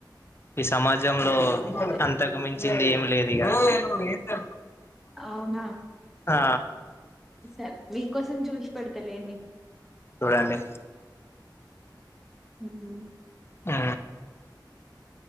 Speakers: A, on the left; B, in the centre.
A: ఈ సమాజం జంలో
B: సరే
A: అంతకు మించింది ఏమి లేదు ఇక
B: అవునా
A: ఆ
B: సరే మీకోసం చూసి పెడతలేండి
A: చూడండి
B: మ్ హు
A: ఆ